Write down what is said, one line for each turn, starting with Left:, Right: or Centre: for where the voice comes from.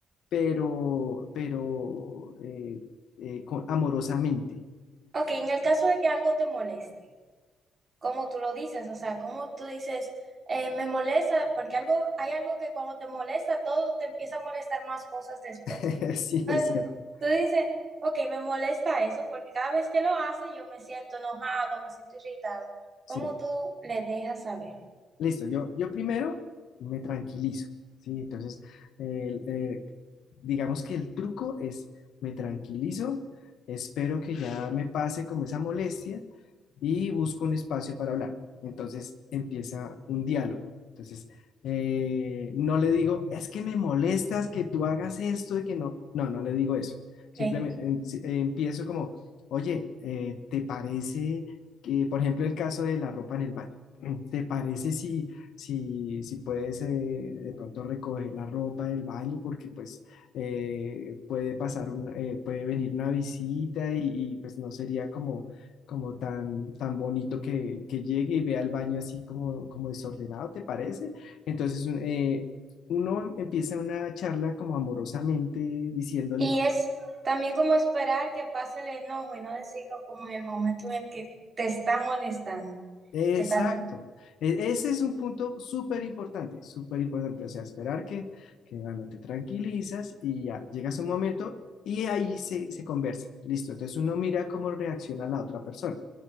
Left: pero, pero eh, eh, co- amorosamente.
Right: ok, en el caso de que algo te moleste, ¿cómo tú lo dices? O sea, ¿cómo tú dices, eh, me molesta? Porque algo, hay algo que cuando te molesta, todo te empieza a molestar más cosas después.
Left: <laughs> Sí,
Right: Eh,
Left: es cierto.
Right: Tú dices, ok, me molesta eso porque cada vez que lo hace yo me siento enojado, me siento irritado.
Left: Sí.
Right: ¿Cómo tú le dejas saber?
Left: Listo, yo, yo primero me tranquilizo, ¿sí? Entonces, el- eh, digamos que el truco es, me tranquilizo, espero que ya me pase como esa molestia y busco un espacio para hablar. Entonces empieza un diálogo. Entonces, eh, no le digo, es que me molestas que tú hagas esto y que no, no, no le digo eso.
Right: Ok.
Left: Simplemente em- si- eh, empiezo como, oye, eh, ¿te parece que, por ejemplo, el caso de la ropa en el baño? ¿Te parece si, si, si puedes eh, de pronto recoger la ropa del baño? Porque pues eh, puede pasar un, eh, puede venir una visita y, y, pues no sería como, como tan, tan bonito que, que llegue y vea el baño así como, como desordenado, ¿te parece? Entonces un- eh, uno empieza una charla como amorosamente diciéndole...
Right: Y es también como esperar que pase el enojo y no decirlo como en el momento en el que te está molestando,
Left: Exacto.
Right: que tal vez.
Left: E- Ese es un punto súper importante, súper importante. O sea, esperar que, que bueno, te tranquilizas y ya llegas a un momento y ahí se, se conversa. Listo. Entonces uno mira cómo reacciona la otra persona.